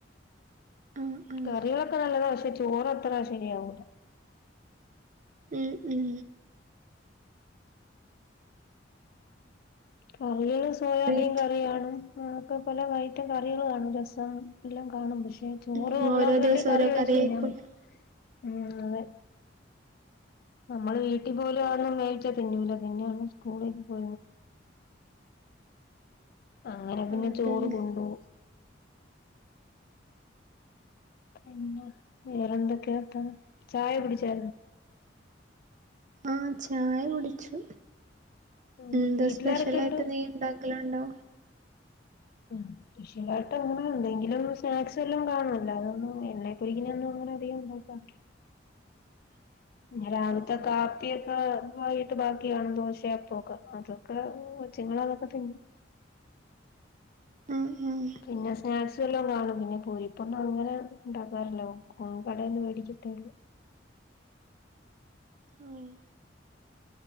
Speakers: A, on the right (about 40°); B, on the left (about 55°).
A: ആഹ് ആഹ്
B: കരകളൊക്കെ നല്ലതാ പക്ഷേ ചോറത്ര ശരി ആവൂല
A: ഉം ഉം
B: കറിയെല്ലാം സോയാബീൻ
A: വീട്ടിൽ
B: കറിയാണ് അങ്ങനത്തെ പല ഐറ്റം കറികളും കാണും രസം എല്ലാം കാണും പക്ഷേ ചോറ്
A: ഉം
B: കൊള്ളാഞാല്
A: ഓരോ ദിവസം
B: കറി
A: ഓരോ
B: ഒഴിച്
A: കറിയായിരിക്കുംല്ലേ
B: തി ഉം ഉം അതെ ഞമ്മള് വീട്ടി പോലും അതൊന്നും കഴിക്കത്തില്ല തിന്നൂല്ല പിന്നെ അവിടന്ന് സ്കൂളിൽ പോ ആ അങ്ങനെങ്ങനെ
A: ആഹ് അതന്നെ
B: ചോറ് കൊണ്ടോവും പിന്ന വേറെന്തൊക്കെ വർത്താനം ചായ കുടിച്ചോ
A: ആഹ് ചായ കുടിച്ചു
B: ഉം
A: എന്താ
B: വീട്ടിലാരൊക്കെയുണ്ട്
A: സ്പെഷ്യലാ യിട്ട് നീ ഉണ്ടാക്കലണ്ടോ
B: ആ കൃഷികായിട്ട് അങ്ങനെ എന്തെങ്കിലും സ്നാക്സ് എല്ലാം കാണല്ല അതൊന്നും എണ്ണെപ്പുരിരിക്കിന അധികം ഉണ്ടാക്കാ
A: ഉ
B: രാവിലത്തെ കാപ്പി ആയിട്ട് ബാക്കിയാണ് ദോശയാപ്പക്കെ അതൊക്കെച്ചുങ്ങളൾ അതൊക്കെ തിന്നും
A: ഉം ഉം
B: പിന്നെ സ്നാക്സ് വല്ലാം കാണും പിന്നെ പൂരിപ്പൊണം അങ്ങനെ ഉണ്ടാക്കാറല്ലോ കടൊന്ന മേടിക്ക ട്ടേല്
A: ഓഹ്